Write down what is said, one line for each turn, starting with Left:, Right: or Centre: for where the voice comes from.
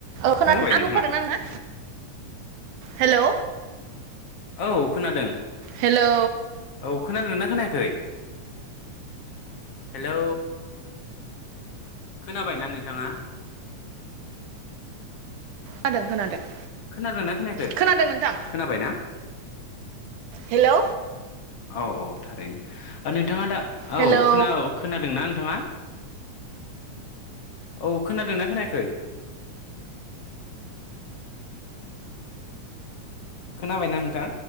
Right: औ खोनादोंना
Left: खोनाबाय
Right: आंनिखौ
Left: नोंथाङा
Right: खोनादों आना हेल'
Left: औ खोनादों।
Right: हेलौ
Left: औ खोनादोंना खोनायाखै? हेलौ खोनाबायना नोंथाङा?
Right: खोनादों खोनादों।
Left: खोनादोंना खोनायाखै
Right: खोनादों नोंथां
Left: खोनाबाय ना?
Right: हेलौ
Left: औ औ थारैनो नोंथाङा दा औ
Right: हेलौ
Left: खोनाव खोनादोंना नोंथाङा? औ खोनादोंना खोनायाखै खोनाबायना नोंथां?